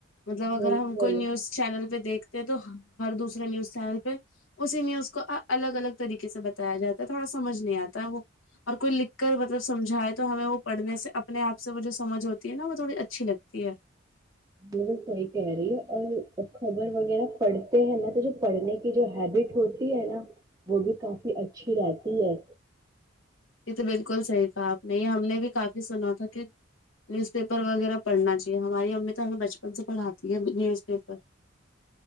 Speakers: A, on the left; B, on the right.
A: مطلب اگر
B: بالکل
A: ہم کوئی نیوز چینل پہ دیکھتے ہیں تو ہر دوسرے نیوز چینل پہ اسی میں اس کو الگ الگ طریقے سے بتایا جاتا ہے تھوڑا سمجھ نہیں آتا ہے وہ اور کوئی لکھ کر مطلب سمھائے تو ہمیں وہ پڑھنے سے اپنے آپ سے وہ جو سمجھ ہوتی ہے نا وہ تھوڑی اچھی لگتی ہے
B: بلکل صحی کہہ رہی ہے اور خبر وغیرہ پڑھتے ہیں نا تو جو پڑھنے کے کی جو ہیبٹ ہوتی ہے نا وہ بھی کافی اچھی رہتی ہے
A: یہ تو بالکل صحیح تھا آپ نے یہ ہم نے بھی کافی سنا تھا کہ نیوز پیپر وغیرہ پڑھنا چاہیے ہماری امی تو ہمیں بچپن سے پڑھاتی ہے نیوز پیپر